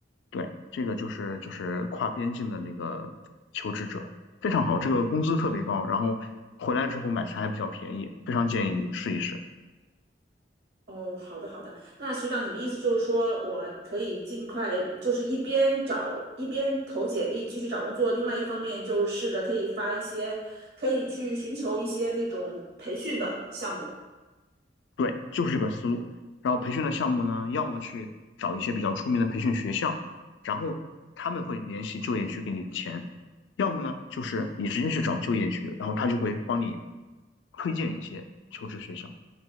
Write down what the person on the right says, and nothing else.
哦，好的好的。那学长，你的意思就是说，我可以尽快，就是一边找一边投简历继续找工作，另外一方面就是试着可以发一些，可以去寻求一些那种培训的项目。